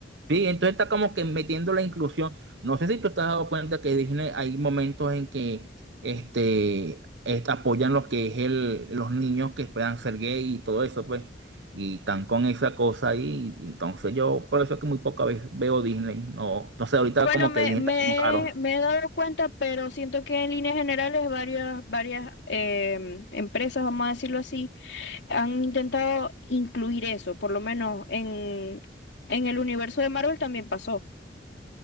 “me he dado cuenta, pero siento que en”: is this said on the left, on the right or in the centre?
Left